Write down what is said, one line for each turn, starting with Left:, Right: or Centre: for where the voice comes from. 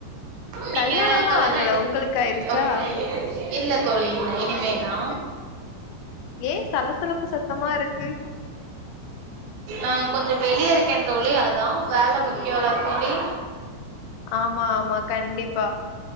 Right: நீங்க
Left: கல்யாணல்லா
Right: கல்யாண
Left: ஆகல
Right: ஆயிடு
Left: உங்களுக்கயிருச்சா
Right: ஓகே இல்ல தோழி இல்ல இனிமேதா
Left: ஏ சலசலப்பு சத்தமா இருக்கு
Right: ஆ கொஞ்சோ வெளிய இருக்கே தோழி அதா வேல முக்கியோல்லா தோழி
Left: ஆமா ஆமா கண்டிப்பா